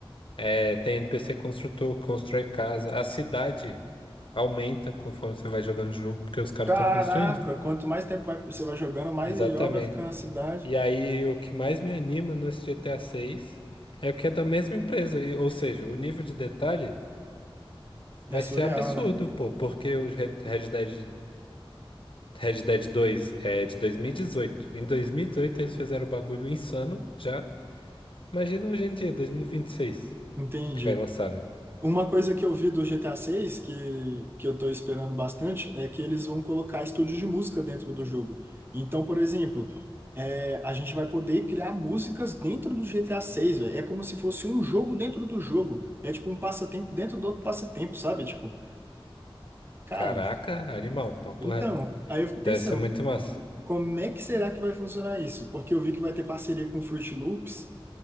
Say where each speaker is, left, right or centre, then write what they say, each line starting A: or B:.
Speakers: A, on the left (about 65°); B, on the right (about 25°).
A: É, tem NPC construtor, constrói casa, a cidade aumenta conforme você vai jogando o jogo, porque os caras
B: Caraca,
A: estão construindo.
B: quanto mais tempo vai- você vai jogando, mais
A: Exatamente.
B: maior vai ficando a cidade.
A: E aí o que mais me anima nesse GTA 6 é o que é da mesma empresa, e- ou seja, o nível de detalhe Vai
B: É surreal,
A: ser absurdo,
B: né?
A: pô, porque o Red Red Dead, Red Dead 2 é de 2018. Em 2018 eles fizeram o bagulho insano já. Imagina hoje em dia, 2026,
B: Entendi.
A: que vai lançar, né?
B: Uma coisa que eu vi do GTA VI, que, que eu tô esperando bastante, é que eles vão colocar estúdios de música dentro do jogo. Então, por exemplo, é, a gente vai poder criar músicas dentro do GTA VI, velho. É como se fosse um jogo dentro do jogo. É tipo um passatempo dentro do outro passatempo, sabe? Tipo, cara,
A: Caraca, animal, papo
B: então,
A: reto.
B: aí eu fico
A: Deve
B: pensando,
A: ser muito massa.
B: como é que será que vai funcionar isso? Porque eu vi que vai ter parceria com Fruit Loops.